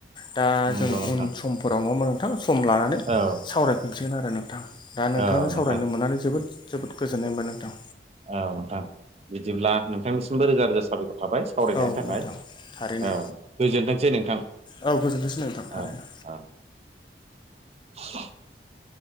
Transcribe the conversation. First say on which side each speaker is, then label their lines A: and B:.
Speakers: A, on the left; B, on the right.
A: दा
B: नंगौ
A: जों
B: नोंथां
A: उन समफोराव नङामा? नोंथां सम लानानै
B: औ
A: सावरायफिनसिगोन आरो नोंथां। दा
B: औ
A: नोंथांनो सावरायनो
B: नोंथां
A: मोननानै जोबोद-जोबोद गोजोननाय मोनबाय नोंथां।
B: औ नोंथां बिदिब्ला नोंथांनिसिमबो रोजा-रोजा साबायखर। थाबाय सावरायनायनि
A: औ
B: थाखाय
A: नोंथां थारैनो
B: औ गोजोनथोंसै नोंथां।
A: औ गोजोन्थोंसै नोंथां थारैनो।
B: औ औ <unintelligible>